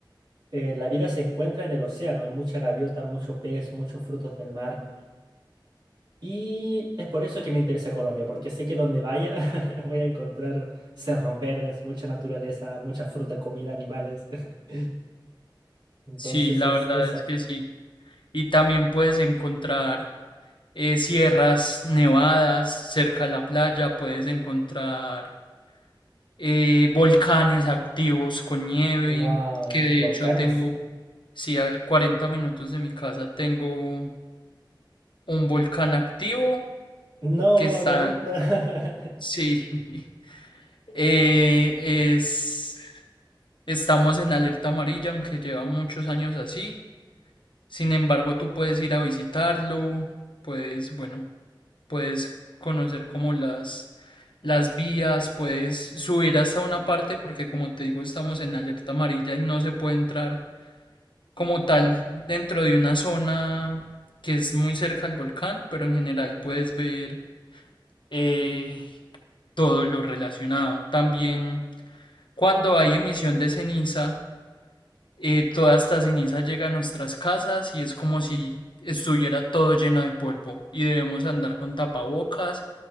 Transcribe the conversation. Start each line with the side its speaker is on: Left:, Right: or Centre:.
Right: Eh, la vida se encuentra en el océano, hay mucha gaviota, mucho pez, muchos frutos del mar. Y es por eso que me interesa Colombia, porque sé que donde vaya <laughs> voy a encontrar cerros verdes, mucha naturaleza, mucha fruta, comida, animales. <laughs> Entonces
Left: Sí, la
Right: es
Left: verdad
Right: eso.
Left: es que sí. Y también puedes encontrar eh, sierras nevadas cerca de la playa, puedes encontrar eh, volcanes activos con nieve,
Right: Wow,
Left: que de
Right: volcanes.
Left: hecho tengo, sí, a 40 minutos de mi casa tengo un volcán activo
Right: No,
Left: que está,
Right: a 40. <laughs>
Left: sí, <laughs> eh, es, estamos en alerta amarilla, aunque lleva muchos años así. Sin embargo, tú puedes ir a visitarlo, puedes, bueno. puedes conocer como las, las vías, puedes subir hasta una parte porque como te digo estamos en alerta amarilla y no se puede entrar como tal dentro de una zona que es muy cerca al volcán, pero en general puedes ver eh, todo lo relacionado. También cuando hay emisión de ceniza, eh, toda esta ceniza llega a nuestras casas y es como si estuviera todo lleno de polvo y debemos andar con tapabocas